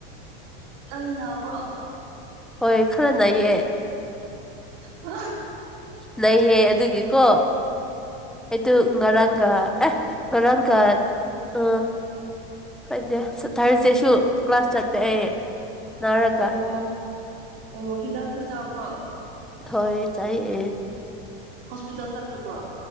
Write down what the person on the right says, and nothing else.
ꯅꯪ ꯅꯥꯕ꯭ꯔꯣ
ꯑ
ꯑꯣ ꯑꯣ ꯍꯤꯗꯥꯛꯇꯤ ꯆꯥꯎꯥꯕ꯭ꯔꯣ
ꯍꯣꯁꯄꯤꯇꯥꯜ ꯆꯠꯇꯕ꯭ꯔꯣ